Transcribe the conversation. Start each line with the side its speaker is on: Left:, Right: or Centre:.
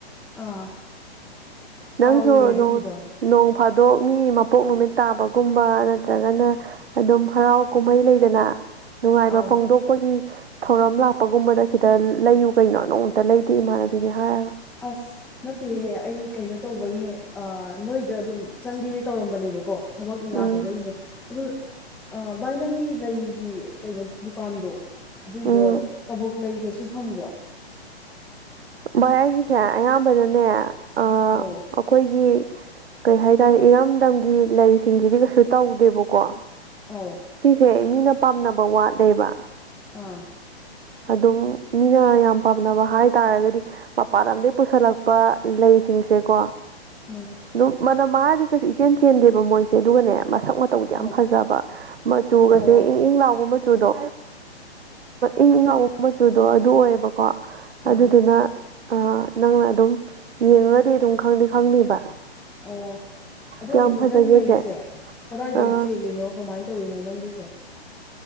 Centre: ꯑꯥ
Right: ꯅꯪꯁꯨ
Centre: ꯀꯥꯎꯔꯨꯔꯦ ꯑꯗꯨꯒꯤꯗꯣ
Right: ꯅꯣꯡ ꯐꯥꯗꯣꯛ ꯃꯤ ꯃꯄꯣꯛ ꯅꯨꯃꯤꯠ ꯇꯥꯕꯒꯨꯝꯕ ꯅꯠꯇ꯭ꯔꯒꯅ ꯑꯗꯨꯝ ꯍꯔꯥꯎ ꯀꯨꯝꯍꯩ ꯂꯩꯗꯅ ꯅꯨꯡꯉꯥꯏꯕ
Centre: ꯑꯧ
Right: ꯐꯣꯡꯗꯣꯛꯄꯒꯤ ꯊꯧꯔꯝ ꯂꯥꯛꯄꯒꯨꯝꯕꯗ ꯈꯤꯇ ꯂꯩꯌꯨ ꯀꯩꯅꯣ ꯅꯣꯡꯃꯇ ꯂꯩꯇꯦ ꯏꯃꯥꯟꯅꯕꯤꯅꯤ ꯍꯥꯏꯔꯒ
Centre: ꯑꯁ ꯅꯠꯇꯦꯍꯦ ꯑꯩ ꯀꯩꯅꯣ ꯇꯧꯕꯩꯅꯦ ꯅꯣꯏꯗ ꯑꯗꯨꯝ ꯆꯪꯒꯦ ꯇꯧꯔꯝꯕꯅꯦꯕꯀꯣ ꯊꯕꯛꯅ
Right: ꯎꯝ
Centre: ꯌꯥꯗꯕꯩꯅꯦ ꯑꯗꯨ ꯑ ꯚꯥꯏ ꯅꯪꯒꯤ ꯂꯩꯒꯤ ꯀꯩꯅꯣ ꯗꯨꯀꯥꯟꯗꯣ ꯑꯗꯨꯏꯗꯣ
Right: ꯎꯝ
Centre: ꯀꯕꯣꯛ ꯂꯩꯒꯁꯨ ꯐꯪꯕ꯭ꯔꯥ
Right: ꯚꯥꯏ ꯑꯩꯒꯤꯁꯦ ꯑꯌꯥꯝꯕꯅꯅꯦ ꯑꯥ
Centre: ꯑꯧ
Right: ꯑꯩꯈꯣꯏꯒꯤ ꯀꯩ ꯍꯥꯏꯇꯥꯔꯦ ꯏꯔꯝꯗꯝꯒꯤ ꯂꯩꯁꯤꯡꯁꯤꯗꯤ ꯀꯩꯁꯨ ꯇꯧꯗꯦꯕꯀꯣ
Centre: ꯑ
Right: ꯁꯤꯁꯦ ꯃꯤꯅ ꯄꯥꯝꯅꯕ ꯋꯥꯠꯂꯦꯕ
Centre: ꯑꯥ
Right: ꯑꯗꯨꯝ ꯃꯤꯅ ꯌꯥꯝ ꯄꯥꯝꯅꯕ ꯍꯥꯏ ꯇꯥꯔꯒꯗꯤ ꯃꯄꯥꯟ ꯂꯝꯗꯒꯤ ꯄꯨꯁꯜꯂꯛꯄ ꯂꯩꯁꯤꯡꯁꯦꯀꯣ
Centre: ꯎꯝ
Right: ꯑꯗꯨꯝ ꯃꯅꯝ ꯃꯉꯥꯗꯤ ꯀꯩꯁꯨ ꯏꯆꯦꯟ ꯆꯦꯟꯗꯦꯕ ꯃꯣꯏꯁꯦ ꯑꯗꯨꯒꯅꯦ ꯃꯁꯛ ꯇꯧꯗꯤ ꯌꯥꯝ
Centre: ꯑꯣ
Right: ꯐꯖꯕ ꯃꯆꯨꯒꯁꯦ
Centre: ꯑꯣ
Right: ꯏꯪ ꯏꯪ ꯂꯥꯎꯕ ꯃꯆꯨ ꯃꯆꯨꯗꯣ ꯏꯪ ꯏꯪ ꯂꯥꯎꯕ ꯃꯆꯨꯗꯣ ꯑꯗꯨ ꯑꯣꯏꯌꯦꯕꯀꯣ ꯑꯗꯨꯗꯨꯅ
Centre: ꯑꯥ
Right: ꯅꯪꯅ ꯑꯗꯨꯝ ꯌꯦꯡꯉꯒꯗꯤ ꯑꯗꯨꯝ ꯈꯪꯗꯤ ꯈꯪꯅꯤꯕ
Centre: ꯑꯣ ꯑꯗꯨ
Right: ꯀꯌꯥꯝ
Centre: ꯑꯣꯏꯔꯗꯤ
Right: ꯐꯖꯒꯦꯁꯦ
Centre: ꯅꯪ ꯂꯩꯁꯦ ꯀꯗꯥꯏꯗꯒꯤ
Right: ꯑ,
Centre: ꯆꯦꯜꯂꯤꯅꯣ ꯀꯃꯥꯏꯅ ꯇꯧꯔꯤꯅꯣ ꯅꯪꯒꯤꯁꯦ